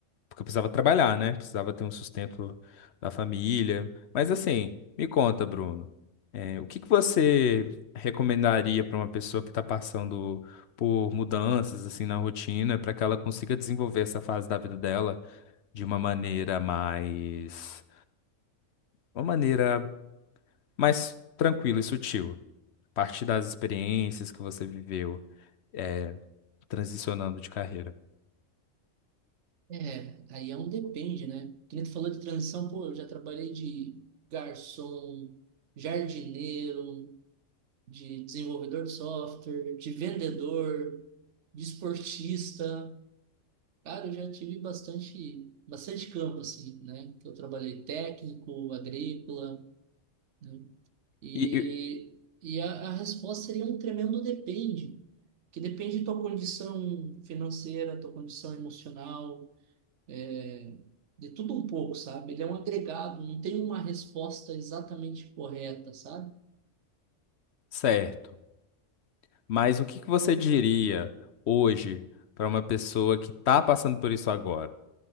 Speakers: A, on the left; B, on the right.
A: porque eu precisava trabalhar, né? Precisava ter um sustento da família. Mas assim, me conta, Bruno, eh, o que que você recomendaria para uma pessoa que está passando por mudanças assim na rotina, para que ela consiga desenvolver essa fase da vida dela de uma maneira mais, uma maneira mais tranquila e sutil, a partir das experiências que você viveu, eh, transicionando de carreira.
B: É, aí é um depende, né? Que nem tu falou de transição, pô, eu já trabalhei de garçom, jardineiro, de desenvolvedor de software, de vendedor, de esportista. Cara, eu já tive bastante, bastante campo, assim, né? Que eu trabalhei técnico, agrícola, né? E,
A: E, e-
B: e a, a resposta seria um tremendo depende, que depende da tua condição financeira, tua condição emocional é, de tudo um pouco, sabe? Ele é um agregado, não tem uma resposta exatamente correta, sabe?
A: certo. Mas o que que você diria hoje para uma pessoa que está passando por isso agora?